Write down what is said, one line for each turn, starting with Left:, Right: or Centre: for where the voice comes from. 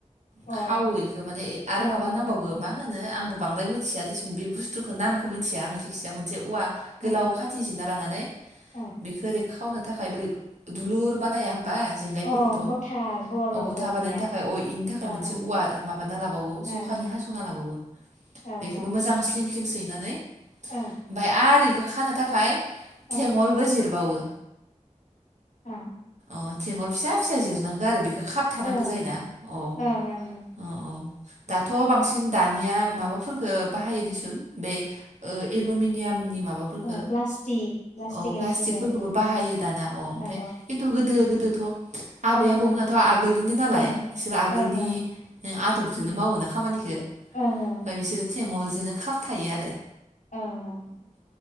Left: ओं
Right: खावो बेखौ माने आरो
Left: अ ओं
Right: माबा
Left: ओं
Right: नांबावगो
Left: ओं
Right: मा होनो। आंबो बांद्राय मिथिया दिसुन बे बुस्थुखौ नामखौ मिन्थिया आङो जायखिजाया मोनसे औवा
Left: ओं
Right: गोलाव खाथि जिरना लाना होननानै
Left: ओं
Right: बेखौ ओरै खावनो थाखाय बोरै दुलुर बानाया बा जेंगायफोरखौथ'
Left: अ गथा गल
Right: अ गथा
Left: खालामनाया
Right: बानायनो थाखाय अ इनि थाखाय
Left: ओं
Right: मोनसे
Left: ओं
Right: औवा माबाना लाबावो जखानि
Left: ओं
Right: हास'ना लाबावो
Left: ओं
Right: बेखौबो मोजां स्लिम स्लिम सैनानै
Left: ओं
Right: ओमफाय आरो इ खानो थाखाय।
Left: ओं
Right: थेंगलबो जिरबावो।
Left: ओ
Right: अ थेंगल फिसा फिसा जिरनांगो आरो बेखौ। खाब थानांगौ
Left: ओं
Right: जायोना औ
Left: ओं ओं ओं
Right: औ औ। दाथ' बांसिन दानिया माबाफोरफोरखौ बाहायो दिसुन बे ओ एलमिनियामनि माफोरखौबो
Left: ओं प्लास्टिक प्लास्टिक
Right: ओ प्लास्टिकफोरखौबो
Left: एलमिनियामनि
Right: बाहायो
Left: औ
Right: दाना अ ओमफ्राय
Left: औ
Right: गोदो गोदोथ' आबै
Left: ओं
Right: आबौमोनाथ'
Left: ओं
Right: आगोलनिनो नालाय
Left: ओं
Right: बिसोर आगोलनि
Left: ओं ओं
Right: आदबजोंनो
Left: उम
Right: मावो ना खामानिखौ ओमफ्राय
Left: ओं ओं
Right: बिसोरो थेंगलजोंनो खाबथायो आरो
Left: ओ ओं